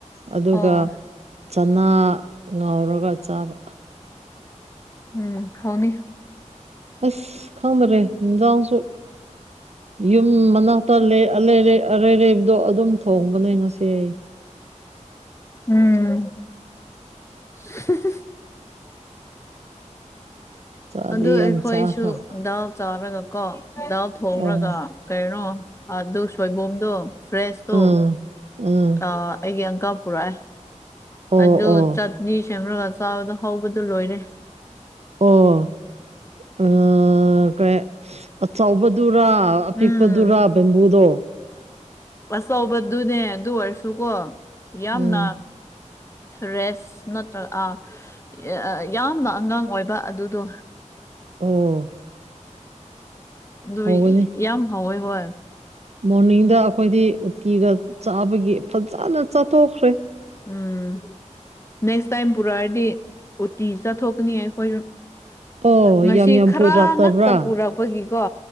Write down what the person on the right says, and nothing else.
ꯑꯗꯨꯒ
ꯆꯅꯥ ꯉꯥꯎꯔꯒ ꯆꯥꯕ
ꯑꯁ ꯈꯪꯗꯔꯦ ꯏꯟꯖꯥꯡꯁꯨ ꯌꯨꯝ ꯃꯅꯥꯛꯇ ꯂꯩ ꯑꯂꯩ ꯑꯔꯩꯔꯩꯕꯗꯣ ꯑꯗꯨꯝ ꯊꯣꯡꯕꯅꯦ ꯉꯁꯤ ꯑꯩ
ꯆꯥꯗꯤ
ꯌꯥꯝ
ꯆꯥꯈ꯭ꯔꯕ
ꯑꯣ
ꯎꯝ ꯎꯝ
ꯑꯣ
ꯑꯣ
ꯑꯣ ꯑꯥ ꯀꯩ ꯑꯆꯧꯕꯗꯨꯔꯥ ꯑꯄꯤꯛꯄꯗꯨꯔ
ꯕꯦꯝꯕꯨꯗꯣ
ꯎꯝ
ꯑꯣ
ꯍꯧꯒꯅꯤ
ꯃꯣꯔꯅꯤꯡꯗ ꯑꯩꯈꯣꯏꯗꯤ ꯎꯇꯤꯒ ꯆꯥꯕꯒꯤ ꯐꯖꯅ ꯆꯥꯊꯣꯛꯈ꯭ꯔꯦ
ꯑꯣ
ꯌꯥꯝ ꯌꯥꯝ
ꯄꯨꯔꯛꯇꯕ꯭ꯔꯥ